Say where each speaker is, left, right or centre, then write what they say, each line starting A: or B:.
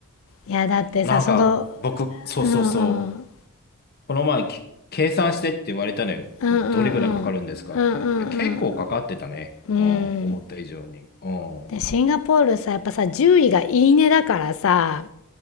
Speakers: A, on the left (about 60°); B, on the left (about 45°).
A: いやだってさその
B: なんか、僕、そうそうそう。
A: うんうん
B: この前、き計算してって言われたのよ。
A: うんうんうんうんうんうん
B: どれぐらいかかるんですかって。いや、結構かかってたね。
A: うん
B: うん、思った以上に。うん。おう
A: でシンガポールさやっぱさ獣医がいいねだからさ